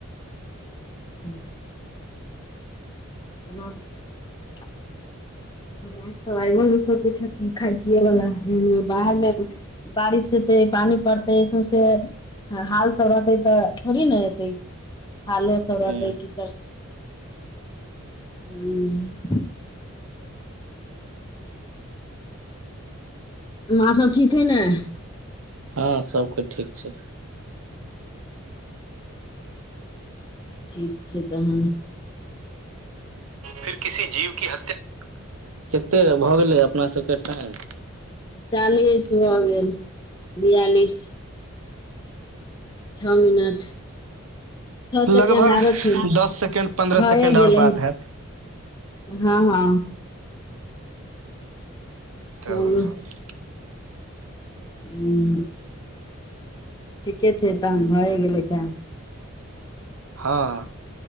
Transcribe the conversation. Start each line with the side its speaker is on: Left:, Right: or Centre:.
Left: <unintelligible> <unintelligible> हमरा। सब आइ सबके छथिन खााय पियएवला एहन बाहरमे बारिश हतै पानि पड़तै सौसे हाल सब रहतै तऽ थोड़ी नऽ एतै थालो सब रहते
Right: ह
Left: कीचर् सब हू माँ सब ठीक हइ नऽ
Right: हँ सबकोय ठीक छैय
Left: - ठीक छै तहन
Right: फिर किसी जीव कि हत्या- कते भऽ गेलै अपनासभके टाइम
Left: चालीस भऽ गेल बियालिस छः मिनट छः सेकेंड
Right: लगभग
Left: आरो छैय
Right: दस सेकेंड पन्द्रह
Left: भए
Right: सेकेंड
Left: गेलै
Right: आओर बात हैत
Left: हँ हँ
Right: <unintelligible>
Left: चलू हुं ठीके छैय तहन भए गेलै टाइम
Right: हँ